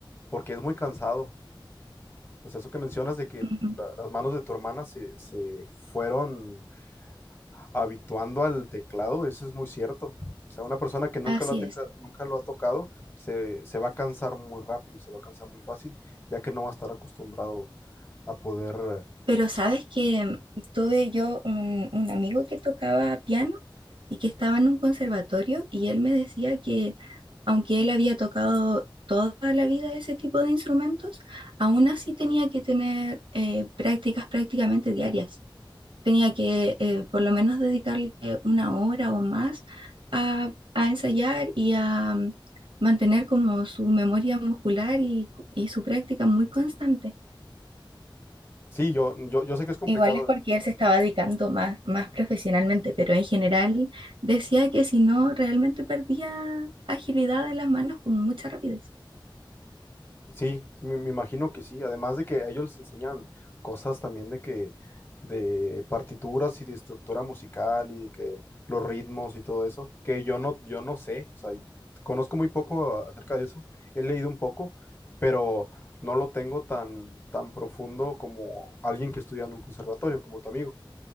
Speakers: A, on the left; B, on the right.
A: porque es muy cansado. O sea, eso que mencionas de que la-
B: Ujú,
A: las manos de tu hermana se, se fueron habituando al teclado, eso es muy cierto. O sea, una persona que nunca
B: Así
A: lo ha, teca-
B: es.
A: nunca lo ha tocado se, se va a cansar muy rápido, se va a cansar muy fácil, ya que no va a estar acostumbrado a poder...
B: Pero sabes que tuve yo un, un amigo que tocaba piano y que estaba en un conservatorio y él me decía que aunque él había tocado toda la vida ese tipo de instrumentos, aún así tenía que tener eh, prácticas prácticamente diarias. Tenía que eh, por lo menos dedicarle una hora o más a, a ensayar y a mm, mantener como su memoria muscular y y su práctica muy constante.
A: Sí, yo, yo, yo sé que es complicado,
B: Igual es porque él se estaba dedicando más, más profesionalmente, pero en general decía que si no, realmente perdía agilidad en las manos con mucha rapidez.
A: Sí, sí, me, me imagino que sí. Además de que a ellos les enseñan cosas también de que, de partituras y de estructura musical y de que los ritmos y todo eso, que yo no, yo no sé, o sea, y- conozco muy poco a- acerca de eso, he leído un poco, pero no lo tengo tan, tan profundo como alguien que estudia en un conservatorio, como tu amigo.